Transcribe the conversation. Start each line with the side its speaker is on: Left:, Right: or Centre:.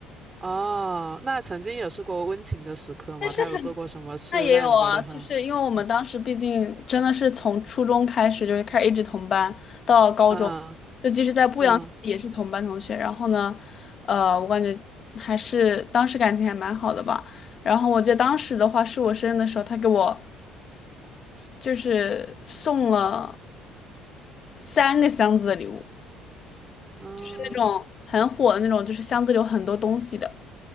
Right: 哦，那曾经也是过温情的时刻吗？
Left: <laughs> 但是。
Right: 他有做过什么事让你觉得很，
Left: 那也有啊，就是因为我们当时毕竟真的是从初中开始，
Right: 嗯
Left: 就是开始一直同班到高中，
Right: 嗯
Left: 就即使在不阳也是同班同学。
Right: 嗯
Left: 然后呢，呃，我感觉还是当时感情还蛮好的吧。然后我记得当时的话是我生日的时候，他给我就是送了三个箱子的礼物，
Right: 嗯，
Left: 就是那种很火的那种，就是箱子里有很多东西的，